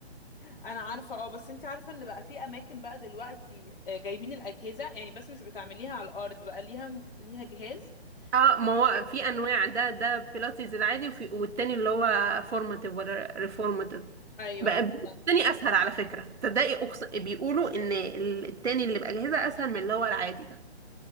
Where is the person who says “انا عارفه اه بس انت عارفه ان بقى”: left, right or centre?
Left